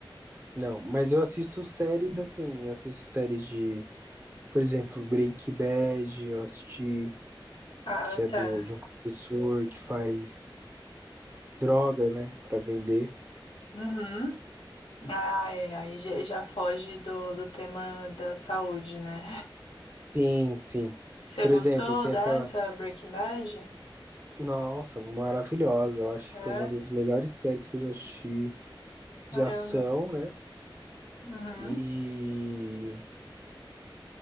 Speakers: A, on the right (about 25°); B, on the left (about 90°).
A: Não, mas eu assisto séries assim, eu assisto séries de, por exemplo, Breaking Bad, eu assisti,
B: Ah,
A: que é
B: tá.
A: do, de um professor que faz droga, né, Pra vender.
B: Uhum. Ah, é, aí já já foge do, do tema da saúde, né?
A: Sim, sim.
B: Você
A: Por
B: gostou
A: exemplo, tem
B: dessa
A: aquela,
B: Breaking Bad?
A: nossa, maravilhosa, eu acho
B: É,
A: que foi uma das melhores séries que eu já assisti de
B: caramba.
A: ação, né?
B: Uhum.
A: E